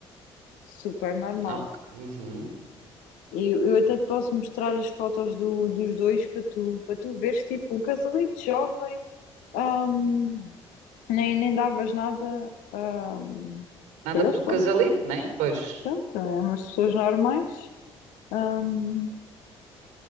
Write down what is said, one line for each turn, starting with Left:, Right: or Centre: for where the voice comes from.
Left: super normal.
Right: Ok. Uhum.
Left: E eu, eu até te posso mostrar as fotos do- dos dois para tu, para tu veres, tipo, um casalito jovem, ahm, nem, nem davas nada, ahm,
Right: Nada
Left: por eles,
Right: pelo casalito,
Left: pronto,
Right: né? Pois.
Left: portanto, é umas pessoas normais. ahm,